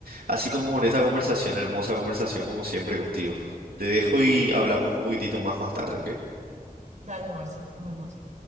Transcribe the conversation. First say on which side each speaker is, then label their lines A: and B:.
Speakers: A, on the right; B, on the right.
A: Así como con esta conversación, hermosa conversación como siempre contigo. Te dejo y hablamos un poquitito más más tarde, ¿ok?
B: Dale, Marcel, nos vemos.